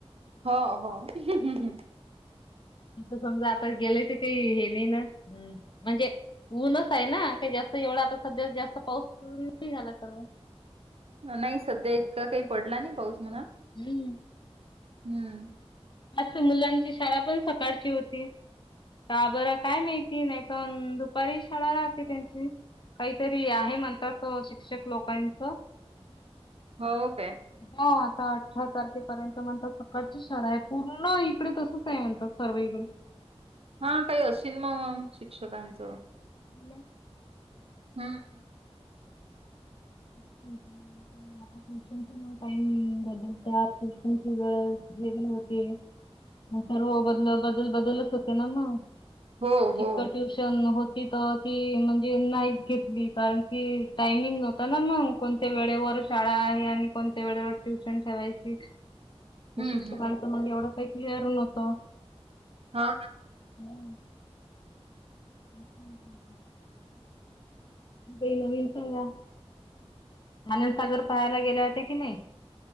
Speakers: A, on the right (about 65°); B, on the left (about 45°).
A: हो हो, हम्म हम्म.
B: त समजा आता गेलंय तर काही हे नाही ना म्हणजे. ऊनच आहे ना काही जास्त एवढा आता सध्या जास्त पाऊस नाही झाला तर मग.
A: नाही सध्या इतका काही पडला नाही पाऊस म्हणा.
B: हम्म.
A: हम्म.
B: मस्त मुलांची शाळा पण सकाळची होती. का बरं काय माहिती नाही तर दुपारी शाळा राहते त्यांची. काहीतरी आहे म्हणतात अ शिक्षक लोकांचं.
A: हो काय.
B: हो आता अठरा तारखेपर्यंत म्हणतात सकाळची शाळा आहे पूर्ण इकडे तसच आहे म्हणतात सर्व इकडे.
A: हा काही असेन मग शिक्षकांचं.
B: नाय.
A: हम्म.
B: हम्म <inaudible> आता ट्युशनचा मग टाइम बदलत ट्युशनची वेळ वेगळी होते. म सर्व बदल बदल बदलच होते ना मग
A: हो हो
B: एक तर ट्यूश''--'' न होती तर ती म्हणजे नाही घेतली कारण ती टायमिंग. ना मग कोणत्या वेळेवर शाळा आहे आणि कोणत्या वेळेवर ट्युशन ठेवायची. तर
A: हम्म
B: शिक्षकांचं
A: हम्म
B: मग एवढं काही क्लिअर नव्हत.
A: हा ना,
B: हम्म. ''हं ''हं ''हं '' काही नवीन सांगा आनंदसागर पहायला गेले होत्या की नाही.